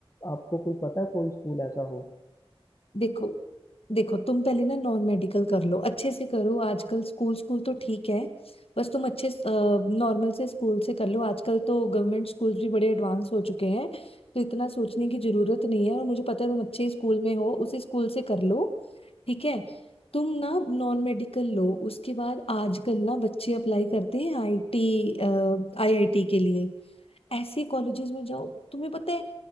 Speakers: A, on the left; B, on the left.
A: आपको कोई पता है कोई स्कूल ऐसा हो
B: देखो देखो तुम पहले ना नॉन मेडिकल कर लो अच्छे से करो आजकल स्कूल स्कूल तो ठीक है बस तुम अच्छे नॉर्मल से स्कूल से कर लो आजकल तो गवर्नमेंट स्कूल भी बड़े एडवांस हो चुके हैं तो इतना सोचने की जरूरत नहीं है और मुझे पता है तुम अच्छे स्कूल में हो उसी स्कूल से कर लो ठीक है तुम ना नॉन मेडिकल लो उसके बाद आजकल ना बच्चे अप्लाई करते हैं आईटी आईआईटी के लिए ऐसे कॉलेजेस में जाओ तुम्हें पता है